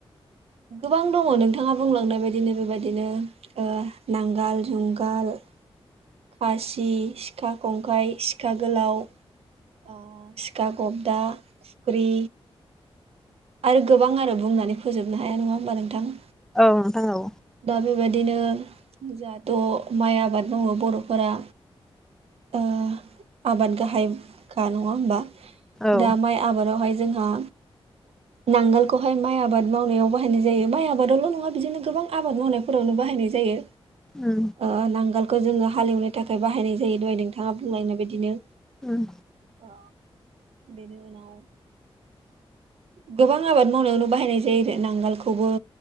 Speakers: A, on the right (about 75°); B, in the centre.
A: गोबां दङ नोंथाङा बुंलांनाय बायदिनो बेबाय दिनो ओ नांगाल जुंगाल खासि, सिखा खंखाइ, सिखा गोलाव। आ सिखा गबदा, खुख्रि। आरो गोबां आरो बुंनानै फोजोबनो हाया नङा होमबा नोंथां।
B: औ नोंथां औ।
A: दा बेबादिनो जाहाथ' माइ आबाद मावो बर'फोरा। ओ आबाद गाहाइखा नङा होमबा
B: औ
A: दा माइ आबादावहाय जोंहा नांगोलखौहाय माइ आबाद मावनायाव बाहायनाय जायो माइ आबादावल' नङा बिदिनो गोबां आबाद मावनायफोरावनो बाहायनाय जायो
B: उम
A: ओ नांगोल खौ जोङो हालेवनो थाखाय बाहायनाय जायो दहाय नोंथाङा बुंलांनाय बायदिनो।
B: उम
A: ओ बेनि उनाव गोबां आबाद मावनायावनो बाहायनाय जायो दे नांगालखौबो